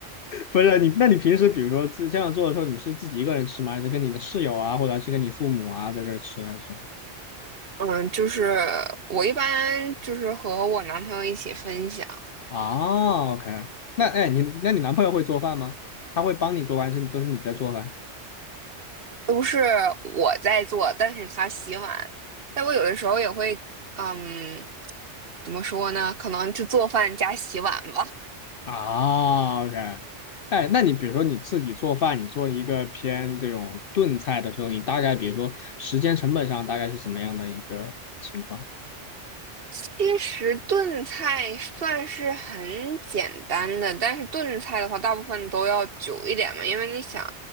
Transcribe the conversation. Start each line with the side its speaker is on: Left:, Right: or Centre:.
Left: 不是你，那你平时比如说自这样做的时候，你是自己一个人吃吗？还是跟你的室友啊，或者是跟你父母啊在这儿吃啊？还是？
Right: 嗯，就是我一般就是和我男朋友一起分享，
Left: 哦，OK，那哎，
Right: 嗯，
Left: 你那你男朋友会做饭吗？他会帮你做饭，还是都是你在做饭？
Right: 都是我在做，但是他洗碗。但我有的时候也会，嗯，怎么说呢？可能就做饭加洗碗吧。
Left: 啊，OK，哎，那你比如说你自己做饭，你做一个偏这种炖菜的时候，你大概比如说时间成本上大概是怎么样的一个情况？
Right: 其实炖菜算是很简单的，但是炖菜的话，大部分都要久一点嘛，因为你想